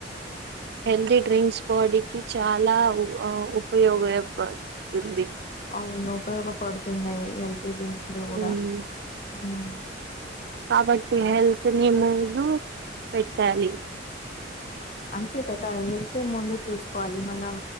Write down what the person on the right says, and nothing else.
హెల్దీ డ్రింక్స్ బాడీకిి చాలా ఆ ఉపయోగపడుతుంది
ఉమ్
కాబట్టి హెల్త్ నీ ముందు పెట్టాలి